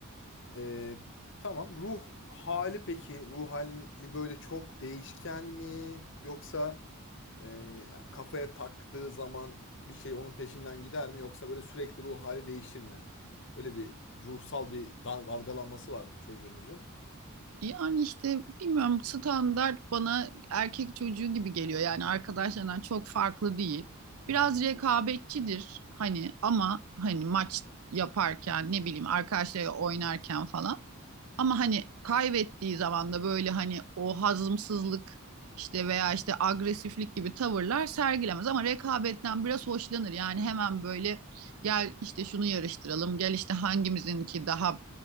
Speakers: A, on the left; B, on the right.
A: E, tamam ruh hali peki ruh hali böyle çok değişken mi yoksa e, kafaya taktığı zaman bir şey onun peşinden gider mi yoksa böyle sürekli ruh hali değişir mi? Böyle bir ruhsal bir dal- dalgalanması var mı çocuğunuzun?
B: Yani işte bilmiyorum standart bana erkek çocuğu gibi geliyor. Yani arkadaşlarından çok farklı değil.
A: Hı
B: Biraz
A: hı.
B: rekabetçidir hani ama hani maç yaparken ne bileyim arkadaşlarıyla oynarken falan. Ama hani kaybettiği zaman da böyle hani o hazımsızlık işte veya işte agresiflik gibi tavırlar sergilemez ama rekabetten biraz hoşlanır. Yani hemen böyle gel işte şunu yarıştıralım, gel işte hangimizinki daha